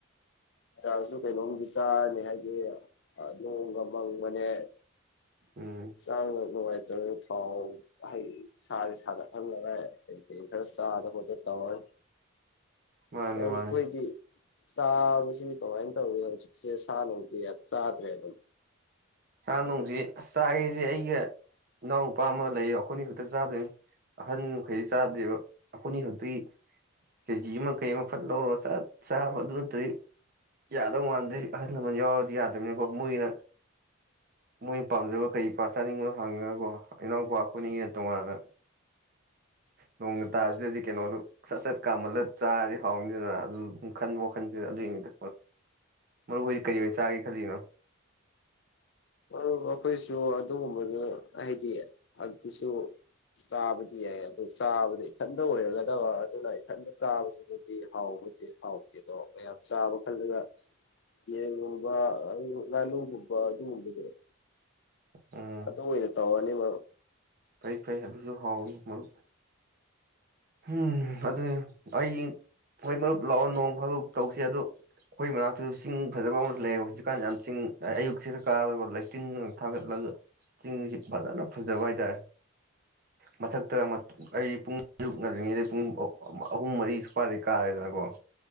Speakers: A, on the left (about 55°); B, on the right (about 45°).
A: ꯥꯔꯁꯨ ꯀꯩꯅꯣꯝꯗꯤ ꯆꯥꯔꯅꯤ ꯍꯥꯏꯗꯤ ꯅꯣꯡꯒ ꯃꯪꯕꯅꯦ
B: ꯎꯝ
A: ꯆꯥꯡꯉ ꯃꯕꯥ ꯑꯗꯨ ꯊꯥꯎꯩ ꯁꯥꯥꯁꯦ ꯁꯥꯒꯠꯍꯟꯗꯔ ꯀꯩ ꯀꯔꯤ ꯈꯔ ꯆꯥꯗ ꯈꯣꯠꯇ ꯇꯧꯔꯅꯤ
B: ꯃꯥꯅꯦ
A: ꯃꯔ
B: ꯃꯥꯅꯦ
A: ꯈꯣꯏꯗꯤ <unintelligible> ꯁꯤ ꯀꯃꯥꯏꯅ ꯇꯧꯏꯤ ꯍꯧꯖꯤꯛꯁꯦ ꯁꯥ ꯅꯨꯡꯛꯇꯤ ꯆꯥꯗ꯭ꯔꯦ ꯑꯗꯨꯝ꯫
B: ꯁꯥꯥ ꯣꯡꯁꯤ ꯑꯁ ꯆꯥꯈꯩꯁ ꯑꯩꯒ ꯏꯅꯥꯎꯅꯨꯄꯥ ꯑꯃ ꯂꯩꯌꯦ ꯑꯩꯈꯣꯏꯅꯤ ꯈꯛꯇ ꯆꯥꯗꯣꯏ ꯑꯍꯟ ꯃꯈꯩꯗꯤ ꯆꯥꯗꯦꯕ ꯑꯩꯈꯣꯏꯅꯤ ꯈꯛꯇꯤ ꯀꯦꯖꯤ ꯑꯃꯩ ꯑꯃ ꯐꯠ ꯂꯧꯔꯒ ꯆ ꯆꯥꯕ ꯑꯗꯨ ꯅꯠꯇꯗꯤ ꯌꯥꯗꯧ ꯃꯥꯟꯗꯦ ꯑꯍꯜ ꯂꯃꯟ ꯌꯥꯎꯔꯗꯤ ꯌꯥꯗꯕꯅꯤꯀꯣ ꯃꯣꯏꯅ ꯃꯣꯏꯅ ꯄꯥꯝꯖꯕ ꯀꯩ ꯆꯥꯅꯤꯡꯕꯅꯣ ꯍꯪꯉꯒꯀꯣ ꯏꯅꯥꯎꯄꯥ ꯈꯨꯈꯣꯏꯅꯤꯡꯉꯅ ꯇꯣꯉꯥꯟꯅ ꯅꯣꯡ ꯇꯥꯕꯁꯤꯗꯗꯤ ꯀꯩꯅꯣꯗꯨ ꯁꯠ ꯁꯠ ꯀꯥꯝꯃꯜꯂ ꯆꯥꯔꯗꯤ ꯍꯥꯎꯅꯤꯗꯅ ꯑꯗꯨ ꯑꯗꯨꯝ ꯈꯟꯕ ꯋꯥꯈꯟꯁꯤꯗ ꯑꯗꯨꯏꯅꯤꯗ ꯃꯔꯨꯞ꯫ ꯃꯔꯨ ꯍꯗꯤ ꯀꯔꯤ ꯆꯥꯒꯦ ꯈꯜꯂꯤꯅꯣ꯫
A: ꯑꯩꯈꯣꯏꯁꯨ ꯑꯗꯨꯒꯨꯝꯕꯗꯨ ꯍꯥꯏꯗꯤ ꯑꯗꯨꯁꯨ ꯆꯥꯕꯗꯤ ꯌꯥꯏ ꯑꯗꯨ ꯆꯥꯕꯗ ꯏꯊꯟꯇ ꯑꯣꯏꯔꯒꯗꯕ ꯑꯗꯨꯅ ꯏꯊꯟꯇ ꯆꯥꯕꯁꯤꯗꯗꯤ ꯍꯥꯎꯕꯗꯤ ꯍꯥꯎꯇꯦ ꯑꯗꯣ ꯃꯌꯥꯝ ꯆꯥꯕ ꯈꯜꯂꯒ ꯌꯦꯟ <unintelligible> ꯉꯥꯅꯨ ꯒꯨꯝꯕ ꯑꯗꯨ ꯒꯨꯝꯕ <unintelligible>
B: ꯎꯝ
A: ꯑꯗꯨ ꯑꯣꯏꯅ ꯇꯧꯔꯥꯅꯤ ꯃꯔꯨꯞ꯫
B: ꯐꯩ ꯐꯩ ꯑꯗꯨꯁꯨ ꯍꯥꯎꯅꯤ ꯃꯔꯨꯞ ꯎꯝ ꯑꯗꯨꯗꯤ ꯑꯩ ꯍꯣꯏ ꯃꯔꯨꯞ ꯂꯥꯛꯑꯣ ꯅꯣꯡ ꯐꯥꯗꯣꯛ ꯇꯧꯁ ꯑꯗꯣ ꯑꯩꯈꯣꯏ ꯃꯅꯥꯛꯇꯁꯨ ꯆꯤꯡ ꯐꯖꯕ ꯑꯃꯁꯨ ꯂꯩ ꯍꯧꯖꯤꯛꯀꯥꯟ ꯌꯥꯝ ꯆꯤꯡ ꯑꯌꯨꯛꯁꯤꯗ ꯀꯥꯣꯏꯕ ꯂꯩꯆꯤꯟ ꯊꯥꯒꯠꯂꯒ ꯆꯤꯡꯁꯤ ꯐꯖꯅ ꯐꯖꯕ ꯍꯥꯏꯇꯥꯔꯦ꯫ ꯃꯊꯛꯇ ꯑꯩ ꯄꯨꯡ ꯑꯔꯨꯛꯅꯗ꯭ꯔꯤꯉꯩꯗ ꯄꯨꯡ ꯑꯍꯨꯝ ꯃꯔꯤ ꯁꯨꯄꯗꯩ ꯀꯥꯔꯦꯗꯅꯀꯣ